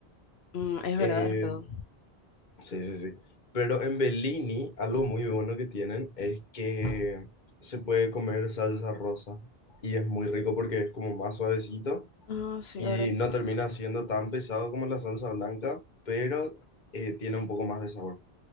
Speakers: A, on the left (about 75°); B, on the left (about 45°).
A: Mm, es
B: Eh,
A: verdad, es verdad.
B: sí, sí, sí. Pero en Bellini, algo muy bueno que tienen es que se puede comer salsa rosa. Y es muy rico porque es como más suavecito
A: Ah, sí,
B: y
A: verdad.
B: no termina siendo tan pesado como la salsa blanca, pero eh, tiene un poco más de sabor.